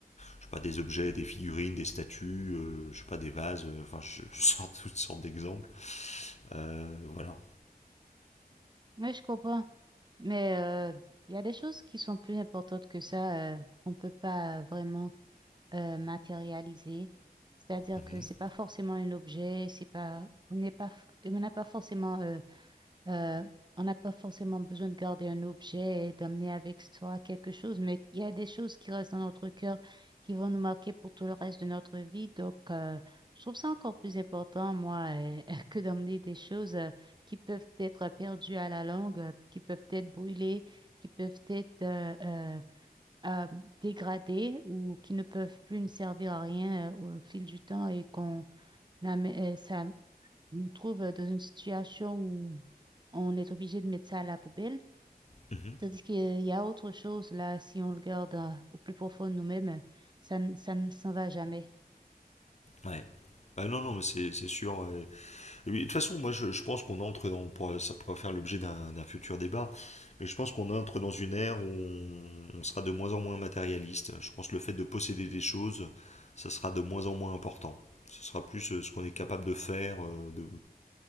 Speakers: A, on the left; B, on the right.
A: je sais pas, des objets, des figurines, des statues, euh, je sais pas, des vases. euh, Enfin, je, <laughs> je sors toutes sortes d'exemples. Euh, voilà.
B: Oui, je comprends. Mais euh, il y a des choses qui sont plus importantes que ça, euh, qu'on ne peut pas vraiment euh, matérialiser. C'est-à-dire
A: Mhm.
B: que c'est pas forcément un objet, c'est pas, on n'est pas, on n'a pas forcément euh, Euh, on n'a pas forcément besoin de garder un objet et d'amener avec soi quelque chose, mais il y a des choses qui restent dans notre cœur, qui vont nous marquer pour tout le reste de notre vie. Donc, euh, je trouve ça encore plus important, moi, euh, <laughs> que d'emmener des choses euh, qui peuvent être perdues à la longue, euh, qui peuvent être brûlées, qui peuvent être euh, euh, euh, dégradées ou qui ne peuvent plus nous servir à rien euh, au fil du temps et qu'on amè- euh, ça nous trouve euh, dans une situation où on est obligé de mettre ça à la poubelle.
A: Mhm.
B: Tandis qu'il y a autre chose là, si on le garde euh, au plus profond de nous-mêmes, euh, ça, ne- ça ne s'en va jamais.
A: Ouais. Ah non, non, mais c'est c'est sûr. et- et oui, de toute façon, moi, je, je pense qu'on entre dans, on pourra- ça pourra faire l'objet d'un d'un futur débat, mais je pense qu'on entre dans une ère où on, on sera de moins en moins matérialiste. Je pense que le fait de posséder des choses, ça sera de moins en moins important. Ce sera plus euh, ce qu'on est capable de faire, euh, de,